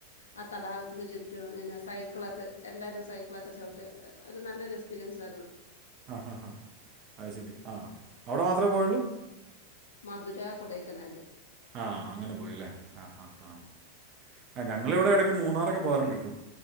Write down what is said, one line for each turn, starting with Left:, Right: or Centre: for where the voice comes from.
Left: ആ തടാകത്തിനു ചുറ്റും ഇങ്ങനെ സൈക്കിളൊക്കെ എല്ലാരും സൈക്കിളൊക്കെ ചവിട്ടി ഒരു നല്ലൊരു എക്സ്പീരിയൻസ് ആര്ന്നു.
Right: അ ഹ ഹാ അഹ് ശരി ആ അവ്ടെ മാത്രപോയൊള്ളു
Left: മധുര കൊടൈക്കനാല്
Right: ആ അങ്ങനെ പോയില്ലെ ആ ഹ ഹ ഞങ്ങളിവിടെ ഇടയ്ക്ക് മൂന്നാറൊക്കെ പോവാറ്ണ്ട് ട്രിപ്പ്